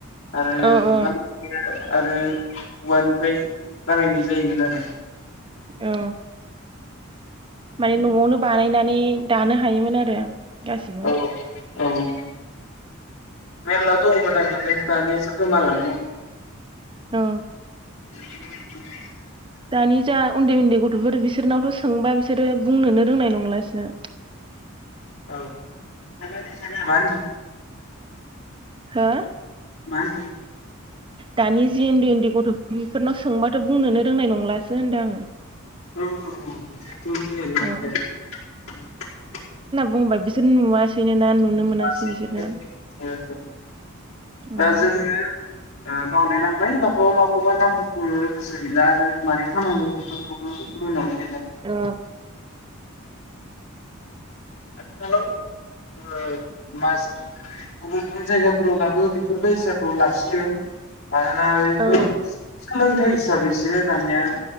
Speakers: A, on the left; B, on the right.
A: आरो
B: औ
A: मोनफा
B: औ
A: बिदिनो आरो औवानिफ्राय बानायनाय जायोमोन आरो
B: औ माने न'आवनो बानायनानै दानो हायोमोन आरो गासिबो
A: औ औ ओम मेरला दंमोन आगोलनो दानियासो गोमालांनो
B: अ
A: <unintelligible>
B: दानि जा उन्दै उन्दै गथ'फोर बिसोरनावथ' सोंबा बिसोरो बुंनोनो रोंनाय नंलासो
A: औ <unintelligible> मा होनदों?
B: हो
A: मा होनदों
B: दानि जि उन्दै उन्दै गथ'फोर बेफोरनाव सोंबाथ' बुंनोनो रोंनाय नंलासो होनदो आङो
A: औ नंगौ जेबबो रोंनायनो नंखाया
B: औ
A: <unintelligible>
B: बुंबा बिसोर नुवासैनो ना नुनो मोनासै
A: नंखाया।
B: बिसोरनो उम
A: दा जोङो ओ बावलायलांबाय माखौबा माखौबा नामफोरखौनो गोसो गैला आरो मारै खामोमोन बेफोरखौबो मोनावनो गैला
B: ओ
A: आथिखालाव ओ माजो गुबुन गुबुन जायगाफोराव दाबो बेफोर बायसाखौ लाखियो मानोना ओइखौ
B: औ
A: सो सोलों थाइ हिसाबैसो दानिया